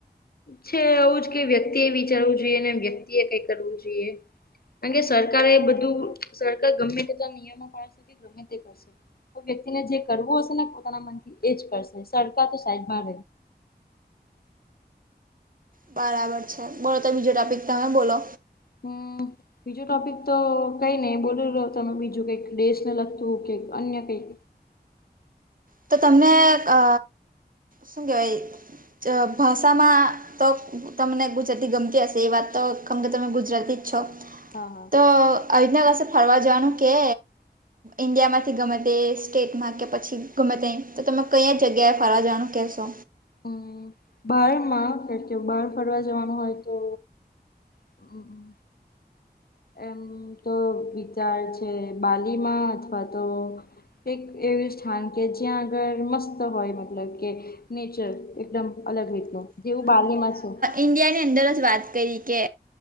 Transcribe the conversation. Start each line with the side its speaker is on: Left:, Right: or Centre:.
Left: છે આવું જ કે વ્યક્તિ એ વિચારવું જોઈએ ને વ્યક્તિ એ કઈ કરવું જોઈએ. કારણ કે સરક એ બધું સરકાર ગમે તે નિયમો પાળશે કે ગમે તે કરશે. તો વ્યક્તિને જે કરવું હશે ને પોતાના મનથી એ જ કરશે સરકાર તો સાઈડ બાર
Right: બરાબર છે, બોલો તો બીજો ટોપિક તમે બોલો
Left: <inaudible> બીજું ટોપિક તો કઈ નહી બોલ રહ તમે બીજું કઈક દેશને લગતું કે અન્ય કંઈક
Right: તો તમને અ શું કેવાય ચ ભાષામાં તો તમને ગુજરાતી ગમ <unintelligible> એ વાત તો ખમ કે તમે ગુજરાતી જ છો
Left: હા હા
Right: તો <unintelligible> કસે ફરવા જવાનું કે ઇન્ડિયામાંથી ગમે તે સ્ટેટમાં કે પછી ગમે તઈ તો તમે કયા જગ્યાએ ફરવા જાવાનું કહેશો
Left: હમ્મ બહારમાં કે કે બહાર ફરવા જવાનું હોય તો <inaudible> એમ તો વિચાર છે, બાલીમાં અથવા તો એક એવું સ્થાન કે જ્યાં આગળ મસ્ત હોય મતલબ કે નેચર એકદમ અલગ રીતનું જેવું બાલી માં છે.
Right: ઇન્ડિયાની અંદર જ વાત કરી કે